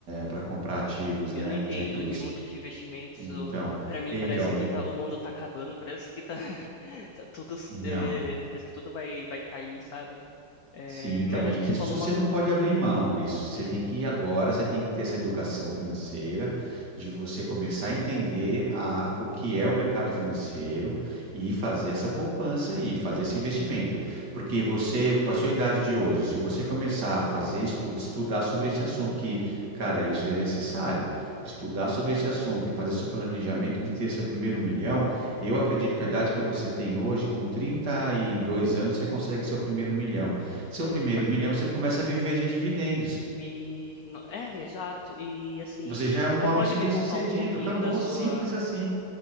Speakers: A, on the right (about 50°); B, on the left (about 60°).
A: para comprar ativos,
B: Eu
A: né?
B: não entendo
A: Títulos.
B: de muito de investimentos.
A: Então,
B: ou- Pra mim
A: então,
B: parece que
A: e-
B: tá, o mundo tá acabando, parece que tá, <laughs> tá tudo,
A: não.
B: é, parece que tudo vai vai cair, sabe? É,
A: Sim, então,
B: mas acho
A: e
B: que você
A: isso
B: falou
A: você
B: uma, um-
A: não pode abrir mão. Isso você
B: sim.
A: tem que ir agora, você tem que ter essa educação financeira, de você começar a entender a, o que é o mercado financeiro e fazer essa poupança e fazer esse investimento. Porque você, com a sua idade de hoje, se você começar a fazer estudo, estudar sobre esse assunto, que, cara, isso é necessário, estudar sobre esse assunto e fazer seu planejamento de ter seu primeiro milhão, eu acredito que com a idade que você tem hoje, com 32 anos, você consegue seu primeiro milhão. Seu
B: Pô,
A: primeiro
B: que bacana.
A: milhão, você começa a viver de dividendos.
B: Me... no- É, exato. E assim,
A: Você já é um
B: você
A: homem
B: pode me
A: bem-sucedido,
B: contar um pouquinho
A: acabou,
B: da sua.
A: simples assim.